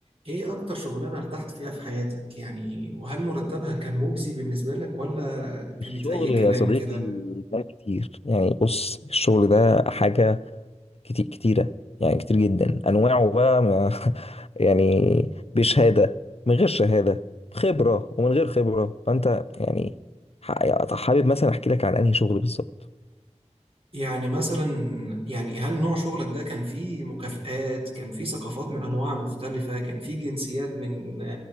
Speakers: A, on the right (about 50°); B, on the left (about 55°).
A: ايه اكتر شغلانة ارتحت فيها في حياتك يعني وهل مرتبها كان مجزي بالنسبة لك ولا كانت
B: الشغل
A: اي كلام
B: يا صديقي
A: كده
B: ده كتير يعني بص الشغل ده حاجة كتير كتيرة يعني كتير جدا أنواعه بقى ما <laughs> يعني بشهادة من غير شهادة بخبرة ومن غير خبرة فأنت يعني ح- يعني حابب مثلا أحكي لك عن أنهي شغل بالظبط
A: يعني مثلا يعني هل نوع شغلك ده كان فيه مكافآت كان فيه ثقافات من انواع مختلفة كان فيه جنسيات من